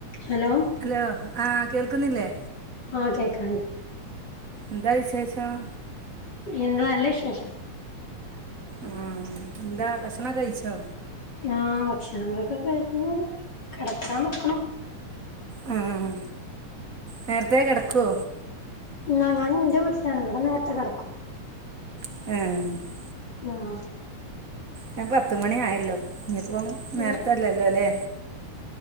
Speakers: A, on the left (about 35°); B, on the right (about 30°).
A: Hello
B: hello ആഹ് കേൾക്കുന്നില്ലേ
A: ഓഹ് കേക്കണ്ട്
B: ന്താ വിശേഷം
A: എന്തുവ നല്ല വിശേഷം
B: ആഹ് ഇന്താ ഭക്ഷണം കൈച്ചോ
A: ആഹ് ഭക്ഷണങ്ങളൊക്കെ കഴിഞ്ഞു കെടക്കാൻ നോക്ക്ണു
B: മ്മ്ഹ് നേരത്തേ കെടക്കോ
A: എന്നാ ഞാൻ എന്റെ വീട്ടിലാണ് ഇവിടെ നേരത്തെ കിടക്കും
B: ഏഹ്
A: ആഹ്
B: ഞ പത്ത് മണി ആയല്ലോ ഇനീപ്പോ നേരത്തെല്ലല്ലോല്ലേ
A: ഏ